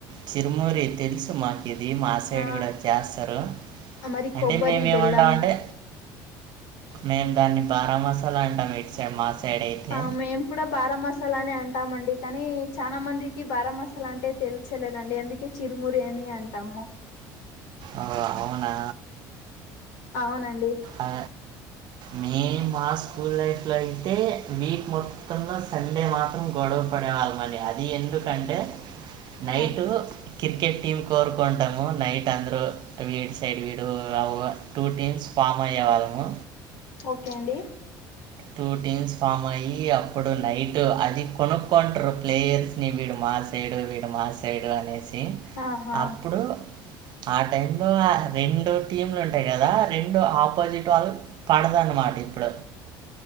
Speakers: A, on the right; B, on the left.
A: చిరుమరి తెలుసు మా ఇది మా సైడ్
B: ఆ
A: కూడ చేస్తారు.
B: మరి
A: అంటే
B: కొబ్బరి
A: మేము ఏమంటామంటే,
B: బెల్లం
A: మేము దాన్ని బారామసాలా అంటాం ఇటు సైడ్ మా సైడ్ అయితే.
B: ఆ మేము కూడ బారామస మసాలానే అంటామండి కానీ చానా మందికి బారమసాలా అంటే తెల్చలేదండి అంది అంటే చిరుమురి అని అంటాము.
A: ఆ అవునా
B: అవునండి
A: అ మే మా స్కూల్ లైఫ్ లో అయితే వీక్ మొత్తంలో సండే మాత్ మాత్రం గొడవ పడే వాళ్ళం అండి అది ఎందుకంటే నైటు
B: ఆ
A: క్రికెట్ టీమ్ కోరుకుంటాము నైట్ అందరు వీడి సైడ్ వీడు అవ్ టూ టీమ్స్ పామ్ అయ్యే వాళ్ళము.
B: ఓకె అండి
A: టూ టీమ్స్ ఫామ్ అయి అప్పుడు నైట్ అది కొను కొంటర్ ప్లేయర్స్ ని వీడు మా సైడ్ వీడు మా సైడ్ అనేసి ఎ
B: ఆహా
A: అప్పుడు ఆ టైమ్ లో రెండు టీం లు ఉంటాయి కదా రెండు ఆపోజిట్ వాళ్ళు పడదన్నమాట ఇప్పుడు